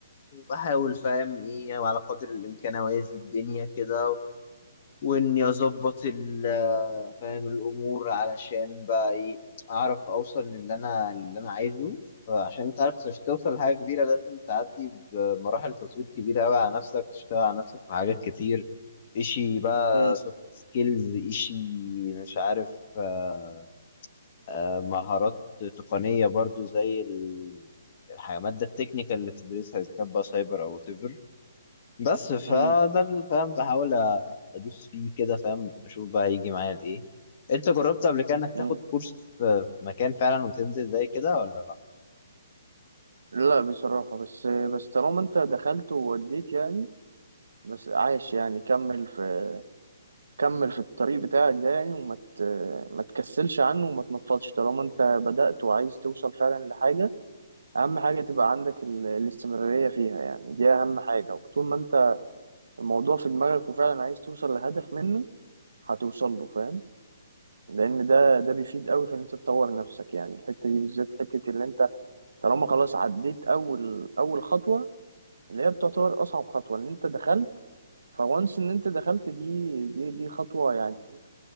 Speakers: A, on the left; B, on the right.
A: وبحاول فاهم ايه على قدر الامكان اوازي الدنيا كده واني اظبط ال- فاهم الامور علشان بقى ايه اعرف اوصل للي انا اللي انا عايزه فعشان انت عارف عشان توصل لحاجه كبيره لازم تعدي بمراحل تطوير كبيره قوي على نفسك وتشتغل على نفسك في حاجات كتير اشي بقى
B: م-
A: سوفت سكيلز اشي مش عارف آه، آه، مهارات تقنيه برضو زي ال- الح- الماده التكنيكال اللي بتدرسها اذا كانت بقى سايبر او whatever بس فده
B: م-
A: ال- فاهم بحاول أ- ادوس فيه كده فاهم اشوف بقى هيجي معايا لايه انت جربت قبل كده انك
B: م.
A: تاخد كورس في في مكان فعلا وتنزل زي كده ولا لا
B: لا بصراحة بس بس طالما انت دخلت ووديت يعني بس عايش يعني كمل في كمل في الطريق بتاعك ده يعني وما ت- ما تكسلش عنه وما تنفضش طالما انت بدأت وعايز توصل فعلا لحاجة اهم حاجه تبقى عندك ال- الاستمراريه فيها يعني دي اهم حاجه وطول ما انت الموضوع في دماغك وفعلا عايز توصل لهدف منه هتوصل له فاهم لان ده ده بيفيد قوي في ان انت تطور نفسك يعني الحته دي بالذات حته اللي انت طالما خلاص عديت اول اول خطوه اللي هي بتعتبر اصعب خطوه ان انت دخلت فوانس ان انت دخلت دي دي دي خطوه يعني